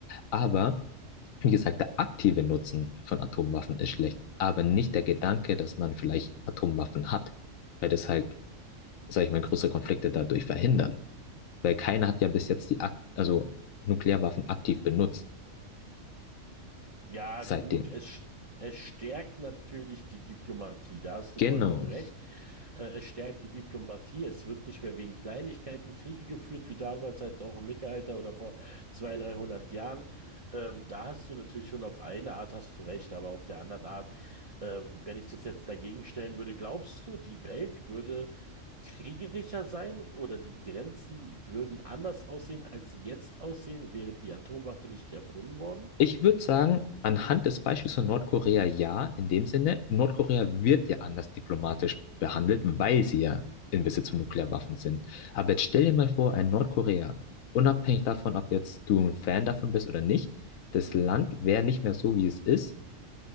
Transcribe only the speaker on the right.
Ja,
gut, es, st- es stärkt natürlich die Diplomatie, da hast du
vollkommen recht. Äh, es stärkt die Diplomatie, es wird nicht mehr wegen Kleinigkeiten Kriege geführt, wie damals halt auch im Mittelalter oder vor 200, 300 Jahren. Ähm, da hast du natürlich schon auf eine Art hast du recht, aber auf der anderen Art, ähm, wenn ich das jetzt dagegen stellen würde, glaubst du, die Welt würde kriegerischer sein oder die Grenzen würden anders aussehen, als sie jetzt aussehen, wäre die Atomwaffe nicht erfunden worden?